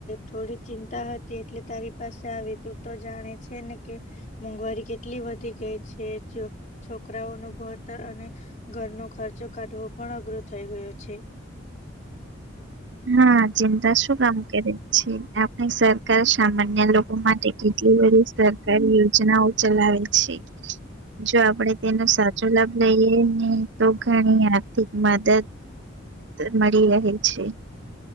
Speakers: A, on the left (about 35°); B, on the right (about 60°).
A: થોડી ચિંતા હતી એટલે તારી પાસે આવી તું તો જાણે છે ને કે મોંઘવારી કેટલી વધી ગઈ છે છોકરાઓ નું ભણતર અને ઘરનો ખર્ચો કાઢવો પણ અઘરો થઈ ગયો છે
B: હા ચિંતા શું કામ કરે છે આપની સરકાર સામાન્ય લો કો માટે કેટલી બધી સરકારી યોજનાઓ ચલાવે છે જો આપણેે તેનો સાચો લાભ લઈએ ને તો ઘણી આર્થિક મદદ મળી રહે છે